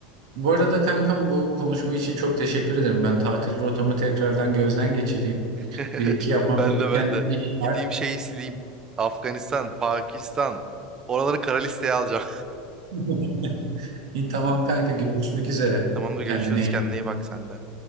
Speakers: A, on the right; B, on the right.
A: Bu arada kankam bu konuşma için çok teşekkür ederim. Ben tatil rotamı tekrardan gözden geçireyim.
B: <laughs>
A: Bir iki yapmam
B: Ben
A: gereken
B: de ben de.
A: iş var.
B: Gideyim şeyi sileyim. Afganistan, Pakistan. Oraları kara listeye alacağım.
A: <laughs> İyi, tamam kanka görüşmek üzere.
B: <laughs> Tamamdır görüşürüz.
A: Kendine iyi
B: Kendine
A: bak.
B: iyi bak sen de.